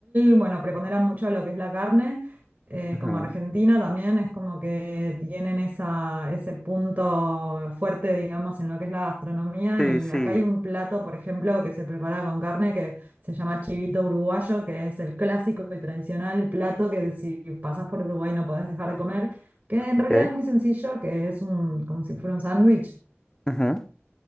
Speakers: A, on the right (about 45°); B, on the left (about 15°).
A: bueno, preponderan mucho lo que es la carne. eh,
B: Ujú.
A: como Argentina también es como que tienen esa, ese punto fuerte, digamos, en lo que es la gastronomía.
B: Sí,
A: Y
B: sí,
A: acá hay un plato, por ejemplo, que se prepara con carne que se llama chivito uruguayo, que es el clásico y tradicional plato que si pasás por Uruguay no podés dejar de comer. que en realidad
B: ok.
A: es muy sencillo, que es un, como si fuera un sándwich
B: Ujú,